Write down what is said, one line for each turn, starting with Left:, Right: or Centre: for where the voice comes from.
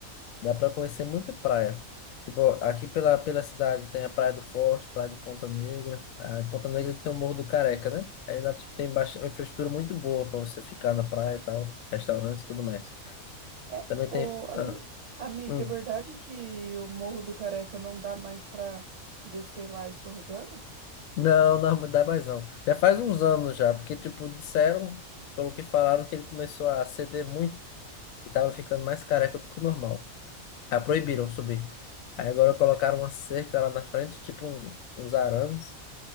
Left: dá para conhecer muita praia. Tipo, aqui pela, pela cidade tem a Praia do Forte, Praia de Ponta Negra. A Ponta Negra que tem o Morro do Careca, né? Aí lá tipo, tem baixa, uma infraestrutura muito boa para você ficar na praia e tal, restaurantes e tudo mais.
Right: É,
Left: Também
Right: ô,
Left: tem.
Right: ami-
Left: ah,
Right: amiga,
Left: hum.
Right: é verdade que o Morro do Careca não dá mais para descer lá escorregando?
Left: Não, não dá mais não. Já faz uns anos já, porque tipo, disseram, pelo que falaram, que ele começou a ceder muito e tava ficando mais careca do que o normal. Ah, proibiram subir. Aí agora colocaram uma cerca lá na frente, tipo um- uns arames,